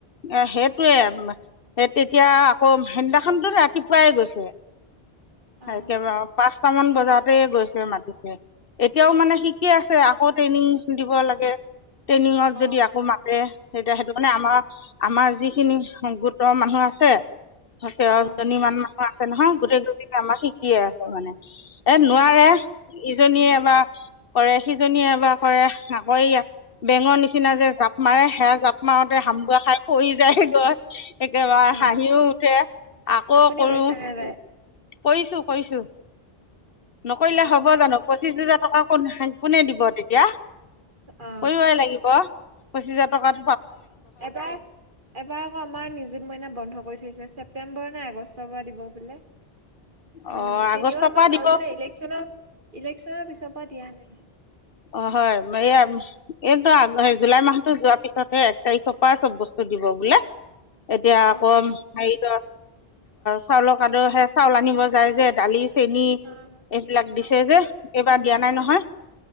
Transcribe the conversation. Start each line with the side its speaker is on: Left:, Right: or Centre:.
Left: এ সেইটোৱে সেই তেতিয়া আকৌ সিদিনাখনতো ৰাতিপুৱাই গৈছে
Right: অ
Left: একেবাৰে পাঁচ টামান বজাতে গৈছে মাতিছে এতিয়াও মানে শিকি আছে আকৌ ট্ৰেইনিং দিব লাগে ট্ৰেইনিঙত
Right: অ
Left: যদি আকৌ মাতে সেইটিয়া সেইটোক মানে আমাৰ আমাৰ যিখিনি গোটৰ মানুহ আছে থাকে দহজনী
Right: অ
Left: মান মানুহ আছে নহয় গোটেই কিজনীয়ে আমাৰ শিকিয়ে আছে মানে এ নোৱাৰে
Right: অ অ
Left: ইজনীয়ে এবাৰ কৰে সিজনীয়ে এবাৰ কৰে আকৌ বেঙৰ নিচিনা যে জাপ মাৰে সেয়া মাওঁতে হাম গুৱা খাই পৰি যায় গৈ একেবাৰে
Right: অ
Left: হাঁহিও উঠে আকৌ
Right: আপুনি
Left: কৰো
Right: কৰিছে নে নাই
Left: কৰিছো কৰিছো নকৰিলে
Right: অ
Left: হব জানো পঁচিছ হাজাৰ টকা ক কোনে দিব তেতিয়া
Right: অ
Left: কৰিবই লাগিব পঁচিছ হাজাৰ টকাৰ
Right: এবাৰ এবাৰ আকৌ আমাৰ নিযুত মইনা বন্ধ থৈছে ছেপ্তেম্বৰ নাই আগষ্টৰ পৰা দিব বোলে
Left: অঁ
Right: উম
Left: আগষ্টৰ
Right: তিনিমাহ
Left: পৰা
Right: মান
Left: দিব
Right: হ'ল মানে ইলেকশনৰ ইলেকশ্যনৰ পিছৰ পৰা দিয়া নাই
Left: অ হয় মই এইটো জুলাই মাহতো যোৱাৰ পিছতহে এক তাৰিখৰ পৰা চব বস্তু দিব বোলে। এতিয়া
Right: অ
Left: আকৌ
Right: অ
Left: হেৰিত চাউলৰ কাদ সে চাউল আনিব যায় যে দালি চেনী
Right: অ
Left: এইবিলাক দিছে
Right: অ অ
Left: যে এইবাৰ দিয়া নাই নহয়।
Right: অ